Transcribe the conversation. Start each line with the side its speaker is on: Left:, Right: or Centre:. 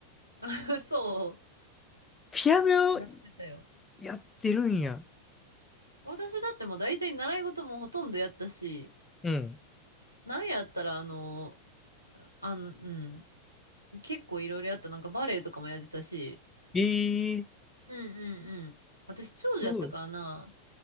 Right: うんうん。<laughs> そ
Left: ピアノを
Right: う。やってたよ。
Left: やってるんや。
Right: 私だってもう大体習い事もほとんどやったし、
Left: うん。
Right: なんやったらあの、あの、うん。結構いろいろやった。なんかバレエとかもやってたし。
Left: えー、
Right: うんうんうん。私長女やったからな。
Left: すごい、
Right: っ